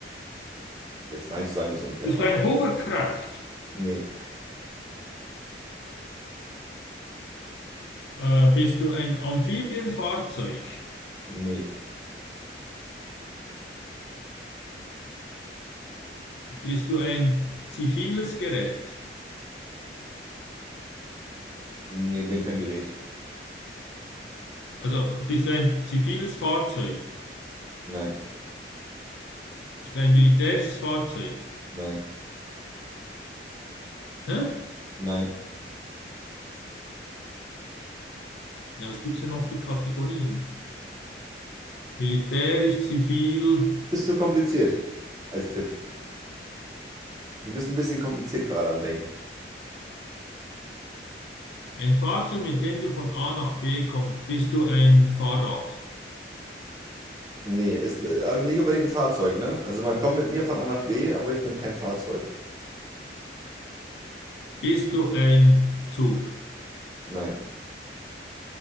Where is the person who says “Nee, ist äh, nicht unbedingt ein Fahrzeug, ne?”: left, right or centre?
Right